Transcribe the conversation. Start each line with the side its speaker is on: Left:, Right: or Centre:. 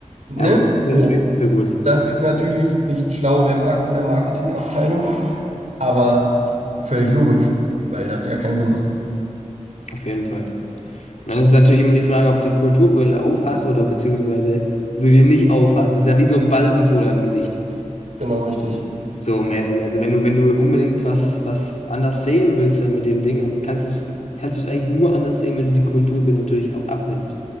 Right: Ne?
Left: ja, das ist
Right: So.
Left: natürlich nicht so gut.
Right: Das ist natürlich nicht schlau der Mark von der Marketingabteilung, aber völlig logisch, weil das ja keinen Sinn macht.
Left: Auf jeden Fall. Und dann ist natürlich immer die Frage, ob du die Kulturbrille aufhast oder beziehungsweise ob du die nicht aufhast. Das ist ja wie so ein Balken vor deinem Gesicht.
Right: Genau, richtig.
Left: So mäßig. Also wenn du, wenn du unbedingt was, was anders sehen willst dann mit dem Ding, dann kannst du es, kannst du es eigentlich nur anders sehen, wenn du die Kultur natürlich auch abnimmt.